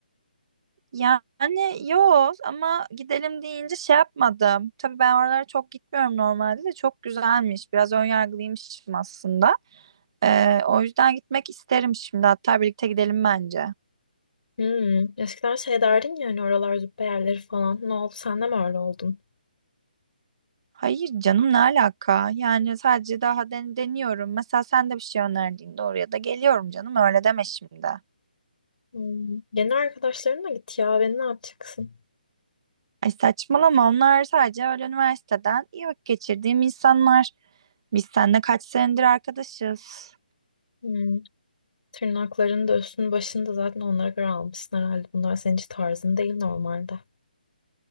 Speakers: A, on the right (about 30°); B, on the left (about 60°).
A: Yani yok ama gidelim deyince şey yapmadım. Tabii ben oralara çok gitmiyorum normalde de çok güzelmiş. Biraz önyargılıymışım aslında. Ee, o yüzden gitmek isterim şimdi. Hatta birlikte gidelim bence.
B: Hmm. Eskiden şey derdin ya hani oralar züppe yerleri falan. Ne oldu sen de mi öyle oldun?
A: Hayır canım ne alaka? Yani sadece daha den deniyorum. Mesela sen de bir şey önerdiğinde oraya da geliyorum canım. Öyle deme şimdi.
B: Hmm. Yeni arkadaşlarınla git ya beni ne yapacaksın?
A: Ay saçmalama onlar sadece öyle üniversiteden iyi vakit geçirdiğim insanlar. Biz seninle kaç senedir arkadaşız.
B: Hmm. Tırnaklarını da üstünü başını da zaten onlara göre almışsın herhalde. Bunlar senin hiç tarzın değil normalde.